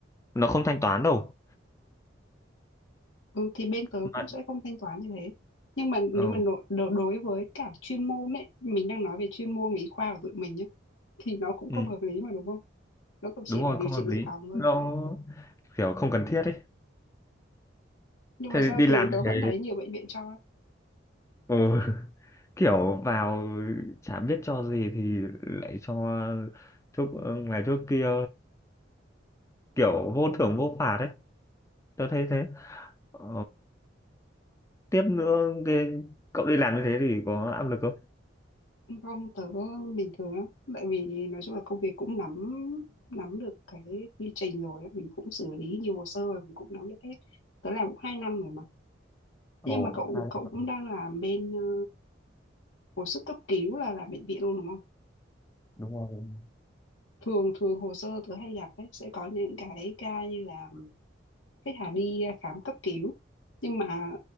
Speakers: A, on the left; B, on the left.
A: nó không thanh toán đâu
B: Ừ thì bên tớ
A: mà
B: cũng sẽ không thanh toán như thế. Nhưng mà nếu
A: ừ,
B: mà nội- đo- đối với cả chuyên môn ấy, mình đang nói về chuyên môn y khoa của tụi mình nhé, thì nó cũng không
A: ừ,
B: hợp lý mà đúng không? Nó cũng chỉ
A: đúng
B: là
A: rồi
B: điều
A: không
B: trị
A: hợp
B: dự
A: lý
B: phòng thôi.
A: nó kiểu không cần thiết ấy
B: Nhưng
A: thế
B: mà sao
A: thì đi
B: thường
A: làm
B: tớ
A: như
B: vẫn
A: thế
B: thấy nhiều bệnh viện cho lắm.
A: ừ, <laughs> kiểu vào chả biết cho gì thì lại cho thuốc ờ, ngày thuốc kia kiểu vô thưởng vô phạt ấy tôi thấy thế ờ, tiếp nữa cái cậu đi làm như thế thì có áp lực không
B: Không, tớ bình thường lắm. Tại vì nói chung là công việc cũng nắm nắm được cái quy trình rồi, á, mình cũng xử lý nhiều hồ sơ rồi, mình cũng nắm được hết. Tớ làm cũng 2 năm rồi mà.
A: Ồ,
B: Nhưng mà cậu
A: hay
B: cậu
A: lắm.
B: cũng đang làm bên ờ, hồi sức cấp cứu là làm bệnh viện luôn đúng không?
A: đúng rồi. đúng
B: thường thường hồ sơ tớ hay gặp ấy, sẽ có những cái ca như là khách hàng đi khám cấp cứu nhưng mà